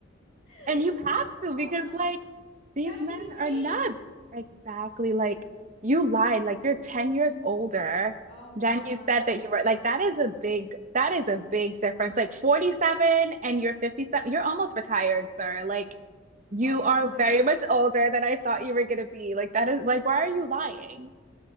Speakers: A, on the left; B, on the right.
A: <laughs>
B: And you have
A: That's so
B: to
A: awesome.
B: because like
A: You
B: these
A: have to
B: men
A: be safe.
B: are nuts. Exactly. Like you lied. Like you're 10 years older
A: Oh my
B: than
A: gosh.
B: you said that you were. Like that is a big that is a big difference. Like 47 and you're 57. You're almost retired, sir. Like you
A: Oh
B: are
A: my
B: very
A: gosh.
B: much older than I thought you were gonna be. Like that is like why are you lying?